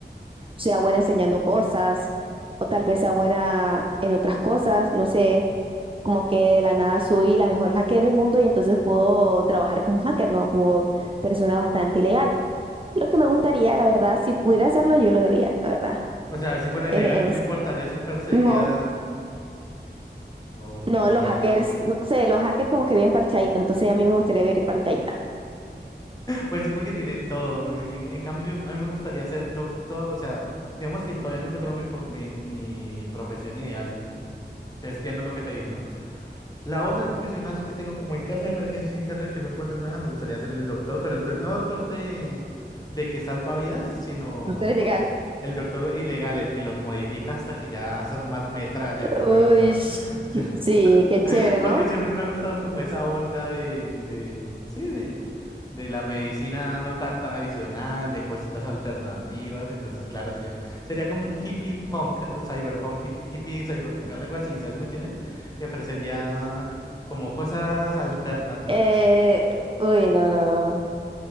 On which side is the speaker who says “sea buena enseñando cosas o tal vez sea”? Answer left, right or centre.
Right